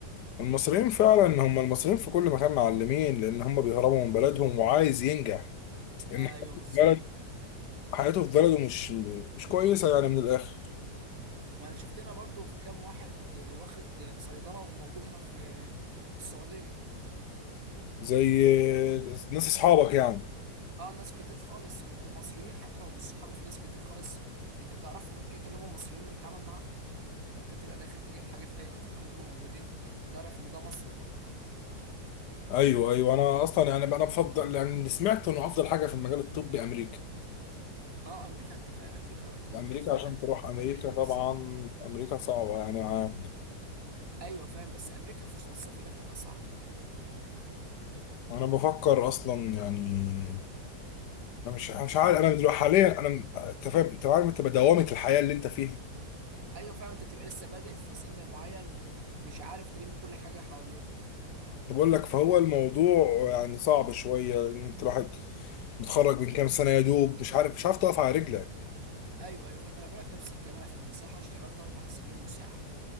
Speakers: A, on the left (about 75°); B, on the right (about 50°).
A: المصريين فعلا هم المصريين في كل مكان معلمين لان هم بيهربوا من بلدهم وعايز ينجح لان
B: ايوه
A: حياته
B: بالظبط
A: في بلد حياته في بلده مش مش كويسه يعني من الاخر
B: وانا شفت هنا برضو في كام واحد آه، واخد صيدله وموجود هنا في في السعوديه
A: زي ناس اصحابك يعني
B: اه ناس كتير خالص م- ومصريين حتى لو مش صحابي في ناس كتير خالص انت بتعرفهم من كده كده هم مصريين بتتعامل معاهم ممكن تبقى داخل تجيب حاجة في أي وقت تلاقيهم هم موجودين تعرف اللي ده مصري
A: ايوه ايوه انا اصلا يعني انا بفضل يعني اللي سمعت انه افضل حاجه في المجال الطبي امريكا
B: اه أمريكا أنت فاهم أمريكا رقم
A: امريكا
B: واحد في العالم
A: عشان تروح امريكا
B: المجال ده
A: طبعا
B: بالذات
A: امريكا صعبه يعني انا
B: أيوه فاهم بس أمريكا فرصة السفر لها بتبقى صعبة
A: أنا بفكر اصلا يعني انا مش مش عارف انا دلوقتي حاليا انا م- انت فاهم انت عارف انت بدوامه الحياه اللي انت فيها
B: أيوه فاهم أنت بتبقى لسه بادئ في سن معين ومش عارف تلم كل حاجة حواليه
A: أنا بقول لك فهو الموضوع يعني صعب شويه ان انت الواحد متخرج من كام سنه يا دوب مش عارف مش عارف تقف على رجلك
B: ايوه ايوه فاهم انا بقولك نفس الكلام انا في المساحه اشتغلت اربع سنين مساعد